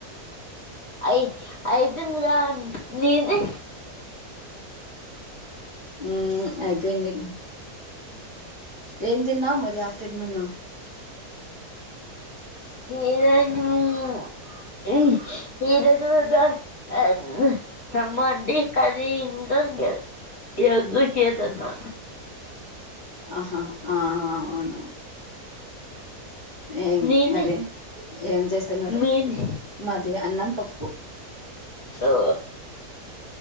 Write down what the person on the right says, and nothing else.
మ్మ్ అయిపోయింది ఏ తిన్నావ్ మరి ఆఫ్టర్నూన్న
ఆహా ఆ అవును ఏం
మరి ఏం చేస్తున్నారు
మ దే అన్నం పప్పు